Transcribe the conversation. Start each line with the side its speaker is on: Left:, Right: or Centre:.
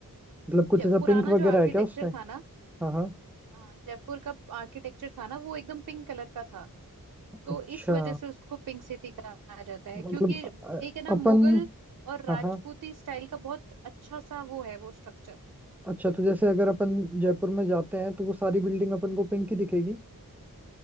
Centre: मतलब कुछ
Right: जय
Centre: ऐसा
Right: पुराना
Centre: पिंक वगैरह
Right: जो आर्किटेक्चर
Centre: है क्या उसमें
Right: था ना
Centre: हाँ हाँ
Right: हाँ, जयपुर का आर्किटेक्चर था ना वो एकदम पिंक कलर का था तो
Centre: अच्छा
Right: इस वजह से उसको पिंक सिटी कहा जाता है
Centre: मतलब
Right: क्योंकि
Centre: अ,
Right: एक है ना
Centre: अपन
Right: मुगल और राजपूती
Centre: हाँ हाँ
Right: स्टाइल का बहुत अच्छा सा वो है वो स्ट्रक्चर
Centre: अच्छा तो जैसे अगर अपन जयपुर में जाते हैं तो वो सारी बिल्डिंग अपन को पिंक ही दिखेगी